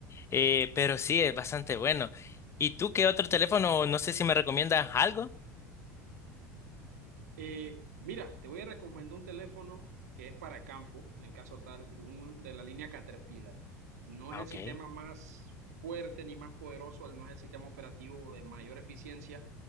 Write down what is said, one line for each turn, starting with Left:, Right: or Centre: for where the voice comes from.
Left: Eh, pero sí, es bastante bueno. ¿Y tú qué otro teléfono? No sé si me recomiendas algo.
Right: Eh, mira, te voy a recomendar un teléfono que es para campo, en caso tal, un, de la línea Caterpillar. No
Left: Ah,
Right: es el
Left: ok.
Right: sistema más fuerte ni más poderoso, no es el sistema operativo de mayor eficiencia,